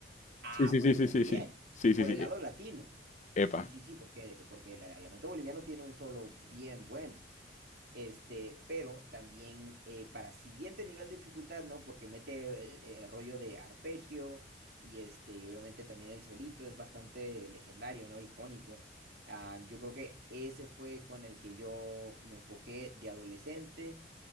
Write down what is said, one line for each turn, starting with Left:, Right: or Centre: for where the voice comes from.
Right: Ah,
Left: Sí, sí,
Right: bueno,
Left: sí, sí,
Right: también.
Left: sí, sí. Sí,
Right: Por
Left: sí, sí.
Right: el lado latino. Sí,
Left: Epa.
Right: sí, sí, porque, porque el, el lamento boliviano tiene un solo bien bueno. Este, pero también eh, para siguiente nivel de dificultad, ¿no? Porque mete eh, eh, rollo de arpegio y este, y obviamente también el solito es bastante legendario, ¿no? Icónico. Ah, yo creo que ese fue con el que yo me enfoqué de adolescente